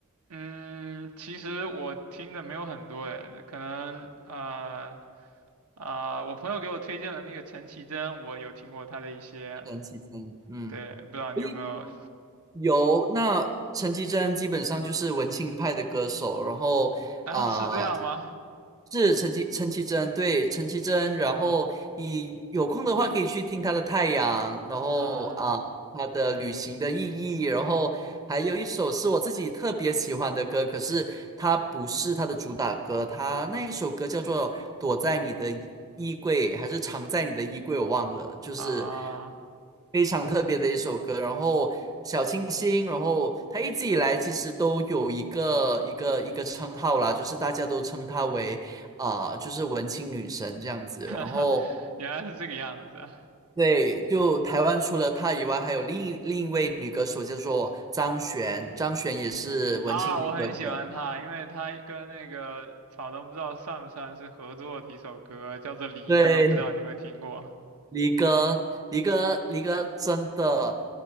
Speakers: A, on the right; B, on the right.
A: 嗯，其实我听的没有很多哎，可能呃啊、我朋友给我推荐了那个陈绮贞，我有听过她的一些，
B: 陈绮贞，嗯，
A: 对，不知道你有没有
B: 诶，有，那陈绮贞基本上就是文青派的歌手，然后啊、
A: 啊？是这样吗？
B: 呃是陈绮陈绮贞，对陈绮贞，然后你有空的话可以去听她的《太阳》，然后啊、
A: 啊
B: 她的《旅行的意义》，然后还有一首是我自己特别喜欢的歌，可是它不是它的主打歌，它那一首歌叫做《躲在你的衣柜》还是《藏在你的衣柜》，我忘了，就是
A: 啊，
B: 非常特别的一首歌。然后小清新，然后他一直以来其实都有一个一个一个称号啦，就是大家都称她为啊、就是文青女神这样子。然后
A: <laughs> 原来是这个样子啊
B: 对，就台湾除了她以外，还有另一另一位女歌手叫做张悬，张悬也是文青女歌手。
A: 啊，我很喜欢他，因为他跟那个草东不知道算不算是合作的一首歌，叫做《离歌》，
B: 对，
A: 不知道你有没有听过？
B: 离歌，离歌，离歌，真的，